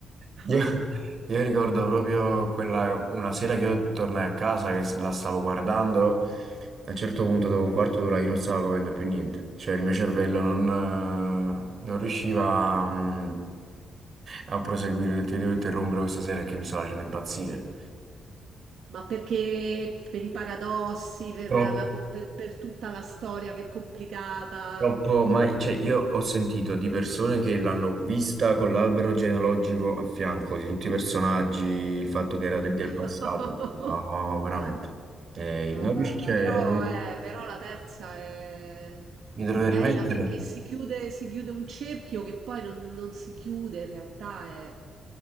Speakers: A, on the right; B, on the right.
A: io
B: no.
A: io ricordo proprio quella, una sera che io tornai a casa, che la stavo guardando, a un certo punto dopo un quarto d'ora io non stavo capendo più niente, cioè il mio cervello non, eh, non riusciva mm, a proseguire, ho detto io devo interrompere questa sera perché mi stava facendo impazzire.
B: Ma perché per i paradossi, per,
A: Troppo.
B: la co- per- per tutta la storia che è complicata?
A: Troppo, ma cioè, io ho sentito di persone che l'hanno vista con l'albero genealogico a fianco, di tutti i personaggi, il fatto che era de- del
B: <laughs>
A: passato. No, veramente. Eh,
B: No,
A: non
B: guarda,
A: riuscire,
B: però, eh, però la terza è,
A: mi dovrei
B: è bella
A: rimettere.
B: perché si chiude, si chiude un cerchio che poi non, non si chiude, in realtà è...